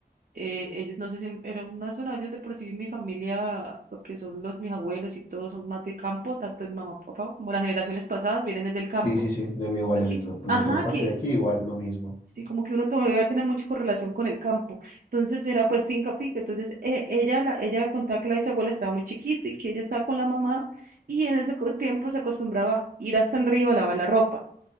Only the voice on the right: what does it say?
eh, ellos no sé si eran más sonados de por sí mi familia, lo que son los mis abuelos y todos son más de campo, tanto mi mamá, papá, como las generaciones pasadas vienen es del campo.
Aquí.
Ajá,
que
sí, como que uno todavía tiene mucha correlación con el campo. Entonces era pues finca, finca. Entonces eh, ella, la, ella contaba que la bisabuela estaba muy chiquita y que ella estaba con la mamá y en ese co- tiempo se acostumbraba a ir hasta el río a lavar la ropa.